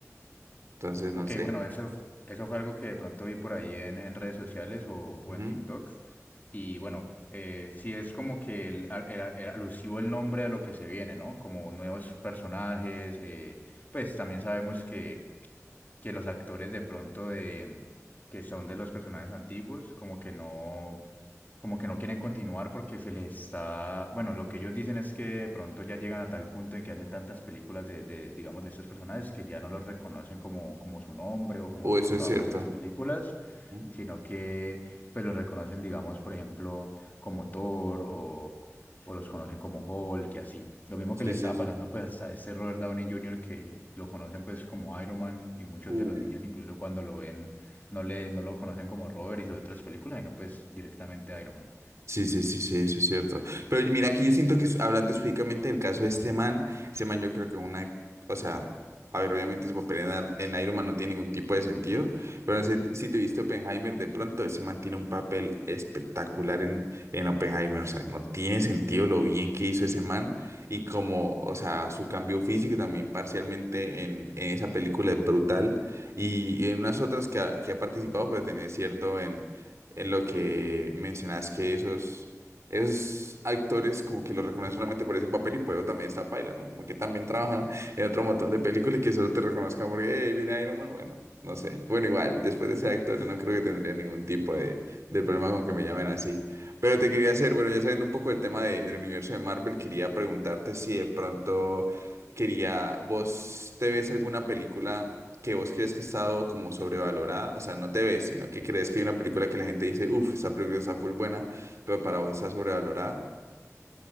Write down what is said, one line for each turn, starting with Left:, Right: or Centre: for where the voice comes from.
Right: entonces no
Left: Ok,
Right: sé.
Left: bueno, eso, fu- eso fue algo que de pronto vi por ahí en, en redes sociales o, o
Right: Ujú.
Left: en TikTok. Y bueno, eh, sí es como que el, a- era- era alusivo el nombre a lo que se viene, ¿no? Como nuevos personajes, eh, pues también sabemos que, que los actores de pronto de, que son de los personajes antiguos, como que no como que no quieren continuar porque se les está, bueno, lo que ellos dicen es que de pronto ya llegan a tal punto en que hacen tantas películas de, de, digamos, de estos personajes que ya no los reconocen como, como su nombre o como
Right: O
Left: su
Right: eso
Left: trabajo
Right: es cierto.
Left: en otras películas,
Right: Ujú.
Left: sino que pues los reconocen, digamos, por ejemplo, como Thor o, o los conocen como Hulk y así. Lo mismo
Right: Sí,
Left: que le estaba
Right: sí, sí.
Left: pasando pues a ese Robert Downey Jr. que lo conocen pues como Iron Man y muchos
Right: Uh.
Left: de los niños incluso cuando lo ven no le, no lo conocen como Robert y sus otras películas, sino pues directamente Iron Man.
Right: Sí, sí, sí, sí, eso es cierto. Pero mira, aquí yo siento que s- hablando específicamente del caso de este man, este man yo creo que una, o sea, a ver, obviamente su papel en, Ar- en Iron Man no tiene ningún tipo de sentido, pero si, si te viste Oppenheimer, de pronto ese man tiene un papel espectacular en, en Oppenheimer, o sea, no tiene sentido lo bien que hizo ese man y como, o sea, su cambio físico también parcialmente en, en esa película es brutal y, en unas otras que ha, que ha participado, pero tiene cierto en en lo que mencionas que esos, esos actores como que los reconocen solamente por ese papel y por eso también está paila, ¿no? Como que también trabajan en otro montón de películas y que solo te reconozcan porque "Hey, viene Iron Man, bueno, no sé. Bueno, igual, después de ser actor yo no creo que tendría ningún tipo de, de problema con que me llamen así. Pero te quería hacer, bueno, ya sabiendo un poco del tema de- del universo de Marvel, quería preguntarte si de pronto quería, vos te ves alguna película que vos crees que ha estado como sobrevalorada, o sea, no te ves, sino que crees que hay una película que la gente dice, uff, esa película está full buena, pero para vos está sobrevalorada.